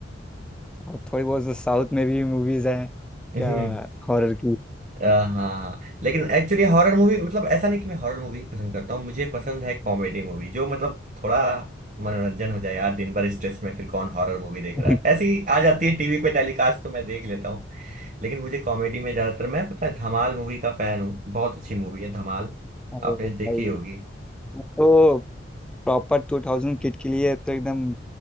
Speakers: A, in the centre; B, on the right.
A: और थोड़ी बहुत तो साउथ में भी मूवीज हैं
B: <laughs>
A: क्या हॉरर की
B: अ, हाँ लेकिन एक्चुअली हॉरर मूवी मतलब ऐसा नहीं कि मैं हॉरर मूवी पसंद करता हूँ मुझे पसंद है कॉमेडी मूवी जो मतलब थोड़ा मनोरंजन हो जाए यार दिन भर स्ट्रेस में फिर कौन हॉरर मूवी देख
A: <laughs>
B: रहा है ऐसे ही आ जाती है टीवी पे टेलीकास्ट तो मैं देख लेता हूँ लेकिन मुझे कॉमेडी में ज्यादातर मैं पता है धमाल मूवी का फैन हूँ बहुत अच्छी मूवी है धमाल
A: अरे
B: आपने
A: भाई
B: देखी होगी
A: वो तो प्रॉपर टू थाउजेंड किड के लिए तो एकदम